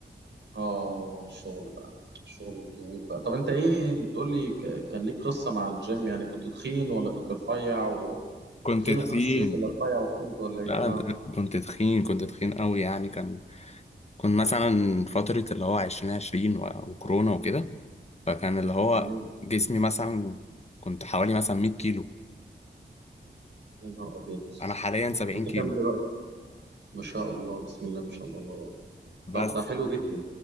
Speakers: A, on the right; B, on the left.
A: اه الشغل بقى الشغل والضغوط بقى طب انت ايه بتقول لي ك- كان ليك قصة مع الجيم يعني كنت تخين ولا كنت رفيع و...
B: كنت
A: كنت تخين
B: تخين
A: وخسيت ولا رفيع وتخنت ولا ايه
B: لا
A: اه
B: ده- كنت تخين كنت تخين قوي يعني كان كنت مثلا فترة اللي هو عشرين عشرين و... وكورونا وكده فكان اللي هو
A: تمام
B: جسمي مثلا كنت حوالي مثلا 100 كيلو
A: يا نهار ابيض
B: انا حاليا 70
A: طب انت
B: كيلو
A: كام دلوقتي ما شاء الله بسم الله ما شاء الله الله أكبر.
B: بس
A: طب ده حلو جدا